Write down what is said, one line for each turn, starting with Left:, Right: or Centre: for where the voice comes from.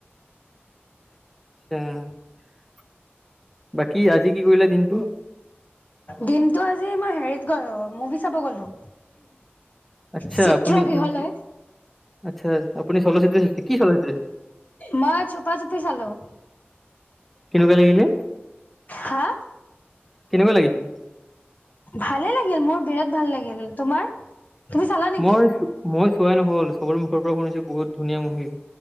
Centre: <unintelligible> কি আজি কি কৰিলে দিনটো?
Left: দিনটো আজি মই হেৰিত গ'লো মুভি চাব গ'লো।
Centre: আচ্ছা
Left: চিত্ৰ
Centre: আপনি
Left: গৃহলৈ
Centre: <unintelligible> আচ্ছা আপুনি চলচিত্ৰ খিকি <inaudible>
Left: মই চোপা চুপি চালোঁ।
Centre: কেনেকুৱা লাগিলে?
Left: হা?
Centre: কেনেকুৱা লাগিছে
Left: ভালে লাগিল, মোৰ বিৰাট ভাল লাগিল, তোমাৰ? তুমি চালা নেকি
Centre: মই চো-মই চোৱাই নহ'ল, চবৰে মুখৰ পৰা শুনিছোঁ বহুত ধুনীয়া মুভি।